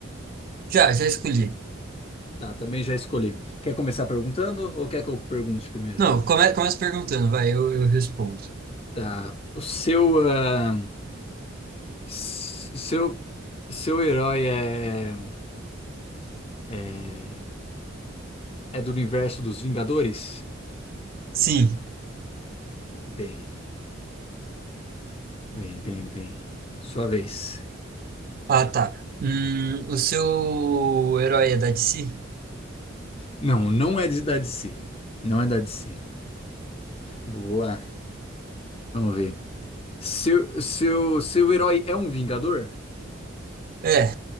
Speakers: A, on the right (about 45°); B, on the left (about 30°).
A: Já, já escolhi.
B: Tá, também já escolhi. Quer começar perguntando ou quer que eu pergunte primeiro?
A: Não, come, começa perguntando, vai, eu, eu respondo.
B: Tá. O seu, ah, s- seu, seu herói é, é, é do universo dos Vingadores?
A: Sim.
B: Bem, bem, bem, bem. Sua vez.
A: Ah, tá. Hum, o seu herói é da DC?
B: Não, não é de- da DC. Não é da DC. Boa. Vamos ver. Seu, seu, seu herói é um Vingador?
A: É,